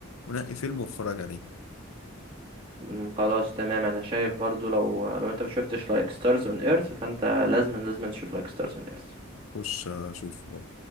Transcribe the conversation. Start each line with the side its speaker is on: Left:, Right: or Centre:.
Left: ونقي فيلم واتفرج عليه
Right: مم، خلاص تمام انا شايف برضو لو لو انت ما شفتش لايك ستارز اون ايرث فانت لازما لازما تشوف لايك ستارز اون ايرث
Left: خش شوفه